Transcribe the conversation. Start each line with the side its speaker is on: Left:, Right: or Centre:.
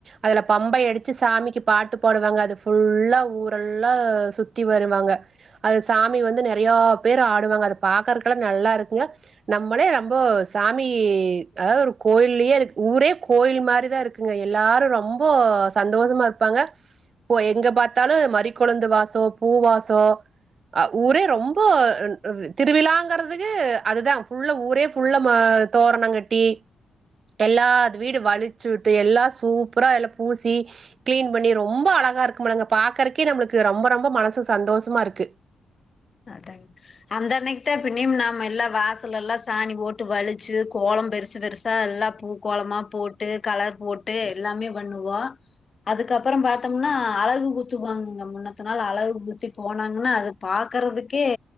Right: அதுல பம்பை அடிச்சு சாமிக்கு பாட்டு படுவாங்க அது ஃபுல்லா ஊரெல்லா சுத்தி வருவாங்க அது சாமி வந்து நறைய பேர் ஆடுவாங்க அத பாக்குறக்குலா நல்லா இருக்குங்க நம்மளே நம்போ சாமி அதாவது ஒரு கோயிலயே இருக்கு ஊரே கோயில் மாரிதான் இருக்கு ங்க எல்லாரு ரொம்போ சந்தோஷமா இருப்பாங்க எங்க பாத்தாலு மறிக்கொழுந்து வாசோ பூ வாசோ ஊரே ரொம்ப அ அ திருவிழாங்கறதுகு அதுதா ஃபுல்லா ஊரே ஃபுல்லா மா தோரணங்கட்டி எல்லாது வீடு வலிச்சு உட்டு எல்லா சூப்பரா எல்லா பூசி கிளீன் பண்ணி ரொம்ப அழகா இருக்குமானுங்க பாக்குறக்கே நம்மளுக்கு ரொம்ப ரொம்ப மனசு சந்தோஷமா இருக்கு
Left: அதாங்க அந்த அன்னைக்கு தா பினியும் நம் எல்லா வாசல் எல்லா சாணி போட்டு வலிச்சு கோலம் பெருசு பெருசு ச எல்லா பூக்கோளமா போட்டு கலர் போட்டு எல்லாமே பண்ணுவோ அதுக்கப்புறம் பத்தோம்னா அழகு குத்துவாங்கங்க முன்னத்த நாள் அழகு குத்தி போனாங்கன்னா அது பாக் க்கறதுக்கே